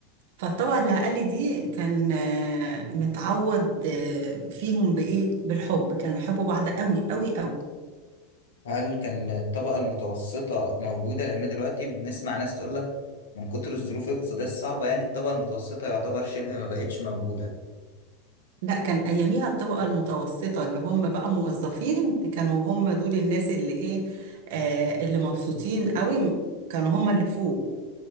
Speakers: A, on the right; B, on the left.
A: فالطبقة الاقل دي كان آه، متعود آه، فيهم بايه بالحب كانوا بيحبوا بعض قوي قوي قوي
B: هل كان الطبقة المتوسطة موجودة لان دلوقتي بنسمع ناس تقول لك من كتر الظروف الاقتصادية الصعبة يعني الطبقة المتوسطة يعتبر شبه ما بقتش موجودة
A: لا كان اياميها الطبقة المتوسطة اللي هم بقى موظفين كانوا هم دول الناس اللي ايه آه اللي مبسوطين قوي كانوا هم اللي فوق